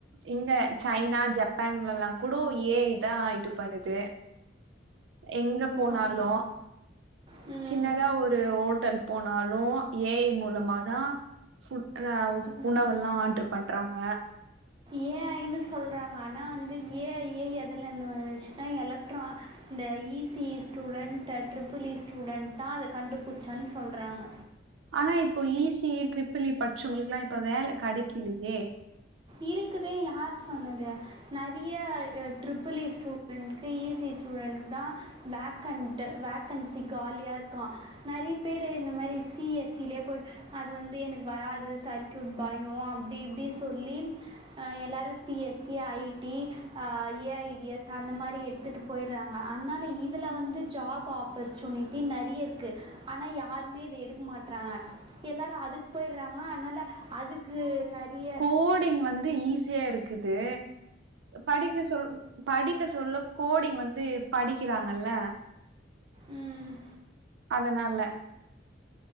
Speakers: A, on the right (about 75°); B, on the right (about 25°).
A: இங்க சைனா ஜப்பான்லல்லாம் கூடோ ஏ ஐ தான் இது பண்ணுது எங்க போனாலு
B: ஆம் ம்
A: சின்னதா ஒரு ஹோட்டல் போனாலும் ஏ ஐ மூலமாதான் புட் அ
B: ம்
A: உணவல்லாம் ஆர்டர் பண்றாங்க
B: ஏ ஐ னு சொல்றாங்க ஆனா வந்து ஏ ஐ எ எதல இருந்து வந்துச்சுன்னா எலக்ட்ரான் இந்த E C student triple E student தான் அத கண்டுபிடிச்சன்னு சொல்றாங்க
A: ஆனா இப்போ ஈசி ட்ரிப்பிள் ஈ படிச்வங்களுக்குல்லாம் இப்ப வேல கிடைக்கலையே
B: இருக்குதே யார் சொன்னது நறையா ட்ரிபிள் இ ஸ்டூடெண்ட்கு ஈ சி ஸ்டூடெண்ட்கு தான் வேக்கண்ட் வேக்கன்சி காலியா இருக்கா நறையா பேரு இந்த மேரி சி எஸ் சிலயே போய் அது வந்து எனக்கு வராது சர்க்கியூட் பயோ அப்டி இப்டி சொல்லி அ எல்லாரு C S C I T அ ஏ ஐ டிஸ் அந்த மாரி எட்த்துட்டு போயர்றாங்க அன்னால இதல வந்து ஜாப் ஆப் ப்பர்ச்சுனிட்டி நெறைய இருக்கு ஆனா யாருமே இத எடுக்க மாட்றாங்க எல்லாரு அதுக் போயிர்றாங்க அன்னால அதுக்கு நெறைய்ய
A: போடிங் வந்து ஈஸ் சியா இருக்குது படிக்க சொல் படிக்க சொல்ல கோடிங் வந்து படிக்கிறாங்கல்ல
B: ம்
A: அதனால